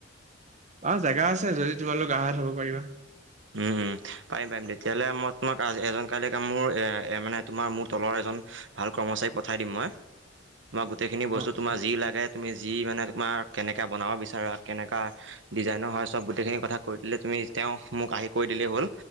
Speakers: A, on the right; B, on the right.
A: অ জেগা আছে যদি তোমালোক আহাত হব পাৰিবা।
B: উম উম। পাৰি পাৰিম তেতিয়াহ'লে মই তোমাক এজন কালি ক মোৰ এ মানে তোমাৰ মোৰ তলৰ এজন ভাল কৰ্ম মচাৰী পঠাই দিম মই।
A: <inaudible>
B: তোম গোটেইখিনি বস্ত
A: অ অ
B: তোমাৰ যি লাগে তুমি যি মানে তোমাৰ কেনেকে বনাব বিচাৰা কেনেকুৱা ডিজাইনৰ হয় চব গোটেইখিনি কথা কৈ দিলে তুমি তেওঁ মোক আহি কৈ দিলেই হ'ল